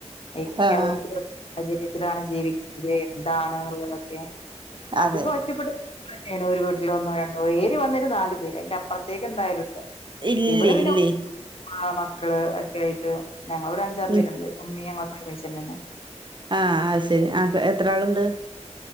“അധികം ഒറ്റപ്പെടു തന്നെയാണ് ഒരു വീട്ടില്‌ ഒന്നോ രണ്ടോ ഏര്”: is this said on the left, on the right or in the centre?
Left